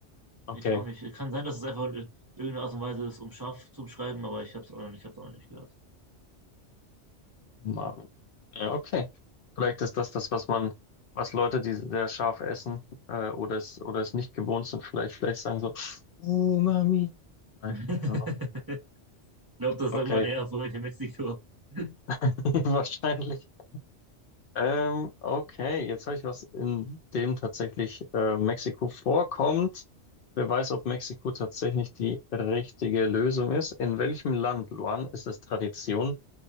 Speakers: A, on the left; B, on the right.
A: Okay,
B: Ich auch nicht. Kann sein, dass es einfach in irgendeiner Art und Weise ist, um scharf zu beschreiben, aber ich habe es auch noch nicht, ich hab's auch noch nicht gehört.
A: Umami. Ja, okay. Vielleicht ist das das, was man, was Leute, die sehr scharf essen äh, oder es oder es nicht gewohnt sind, vielleicht vielleicht sagen so Umami. Nein,
B: <laughs>
A: keine Ahnung.
B: Ich glaube, das
A: Okay,
B: sagt man eher so in Mexiko. <laughs>
A: <laughs> wahrscheinlich. Ähm, okay, jetzt habe ich was, in dem tatsächlich äh, Mexiko vorkommt. Wer weiß, ob Mexiko tatsächlich die richtige Lösung ist. In welchem Land, Luan, ist es Tradition,